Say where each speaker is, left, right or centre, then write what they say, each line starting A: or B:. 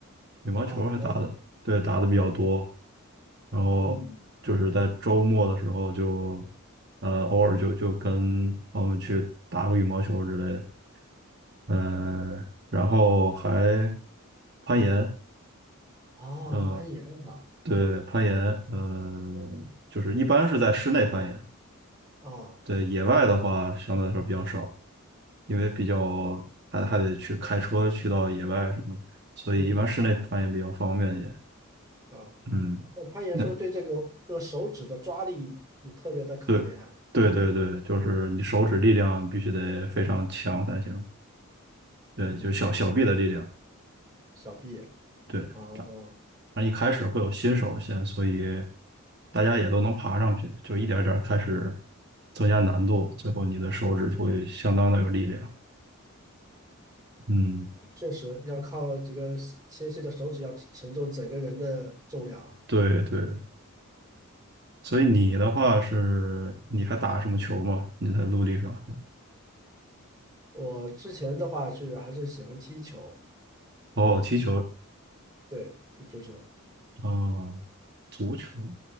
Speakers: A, on the right; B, on the right.
A: 羽毛球还打的，
B: 哦，羽毛球。
A: 对，打的比较多。
B: 对，
A: 然后就是在周末的时候就，
B: 嗯，
A: 呃，偶尔就就跟我们去打个羽毛球之类的。嗯，然后还攀岩。
B: 哦，
A: 嗯，
B: 有攀岩哈，
A: 对，攀岩，嗯、就是一般是在室内攀岩，
B: 哦，
A: 对，野外的话相对来说比较少，因为比较还还得去开车去到野外什么的，所以一般室内攀岩比较方便一点。
B: 嗯，啊，
A: 嗯，
B: 那攀岩是不是对这个这个手指的抓力有特别的考验啊？
A: 那对，对对对，就是你手指力量必须得非常强才行，对，
B: 嗯，
A: 就是小小臂的力量，
B: 小臂。
A: 对，
B: 哦，
A: 那一开始会有新手先，所以大家也都能爬上去，就一点儿点儿开始增加难度，最后你的手指就会相当的有力量。嗯，
B: 确实要靠这个纤细的手指要承重整个人的重量啊。
A: 对对，所以你的话是，你还打什么球吗？你在陆地上？
B: 我之前的话是还是喜欢踢球
A: 哦，
B: 啊，
A: 踢球
B: 对，踢足球。
A: 啊，足球，